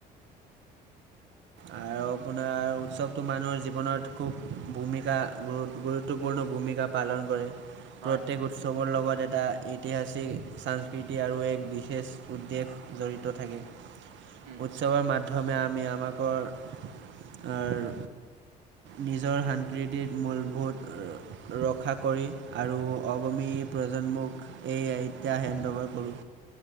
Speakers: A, on the right; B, on the right.
A: আৰু আপোনাৰ উৎসৱতটো মানুহৰ জীৱনত খুব ভূমিকা গুৰুত্বপূৰ্ণ ভূমিকা পালন কৰে। প্ৰত্যেক
B: হয় হয়
A: উৎসৱৰ লগত এটা এটা ঐতিহাসিক সংস্কৃতি আৰু এক বিশেষ উদ্বেগ জড়িত থাকে।
B: উম
A: উৎসৱৰ মাধ্যমে আমি আমাকৰ নিজৰ সাস্কৃতিত মূলভূত ৰক্ষা কৰি আৰু অগমী প্ৰজন্মক এই আইতা হেণ্ড অ'ভাৰ কৰোঁ।